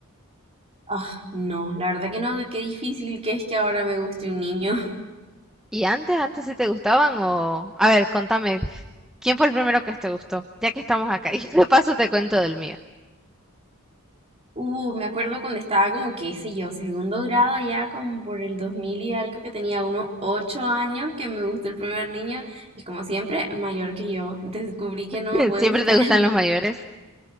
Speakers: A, on the right; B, in the centre.
A: Ah, no, la verdad que no, qué difícil que es que ahora me guste un niño. <laughs>
B: ¿Y antes, antes sí te gustaban o...? A ver, contame, ¿quién fue el primero que te gustó? Ya que estamos acá, <laughs> y de paso te cuento del mío.
A: Uh, me acuerdo cuando estaba como, qué sé yo, segundo grado allá como por el 2000 y algo que tenía unos 8 años que me gustó el primer niño y como siempre, mayor que yo, descubrí que
B: <laughs>
A: no me puede
B: ¿Siempre
A: gustar
B: te
A: <laughs> alguien.
B: gustan los mayores?